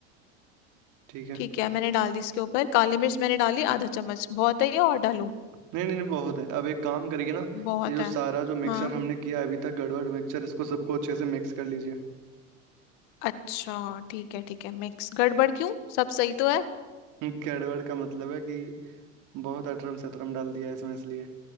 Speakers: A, on the right; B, on the left.
A: ठीक है
B: ठीक है मैंने डाल दी इसके ऊपर काली मिर्च मैंने डाली आधा चम्मच बहुत है ये और डालूं
A: नहीं नहीं नहीं बहुत है अब एक काम करिए ना
B: बहुत
A: ये जो
B: है
A: सारा जो मिक्सर
B: हाँ
A: हमने किया अभी तक गड़बड़ मिक्सर इसको सबको अच्छे से मिक्स कर लीजिए
B: अच्छा ठीक है ठीक है मिक्स गड़बड़ क्यों सब सही तो है
A: <laughs> गड़बड़ का मतलब है कि बहुत अटरम सटरम डाल दिया है इसमें इसलिए